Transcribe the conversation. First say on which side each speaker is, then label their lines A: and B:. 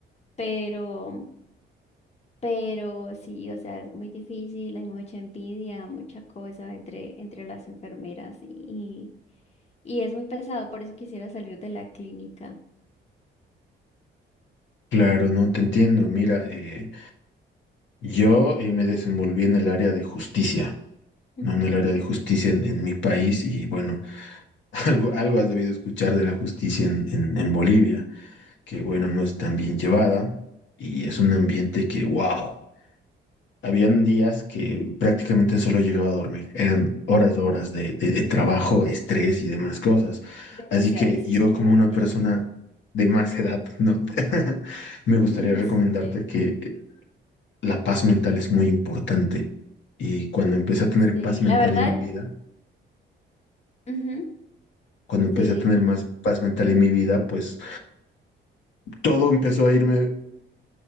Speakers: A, on the left; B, on the left.
A: pero... Pero sí, o sea, es muy difícil, hay mucha envidia, mucha cosa entre, entre las enfermeras y, y es muy pesado, por eso quisiera salir de la clínica.
B: claro, no te entiendo. Mira, eh, Yo eh, me desenvolví en el área de justicia,
A: Ujú,
B: no en el área de justicia en, en mi país y bueno, <laughs> algo, algo has debido escuchar de la justicia en, en, en Bolivia, que bueno, no es tan bien llevada y es un ambiente que, wow, habían días que prácticamente solo llegaba a dormir, eran horas, horas de, de, de trabajo, estrés y demás cosas.
A: Demasiado
B: Así que
A: extenuante.
B: yo como una persona de más edad, no, <laughs> me
A: <laughs>
B: gustaría recomendarte
A: Sí,
B: que la paz mental es muy importante. Y cuando empecé a tener
A: sí,
B: paz mental
A: la verdad,
B: en mi vida,
A: ujú,
B: cuando empecé
A: Sí, dime.
B: a tener más paz mental en mi vida, pues todo empezó a irme,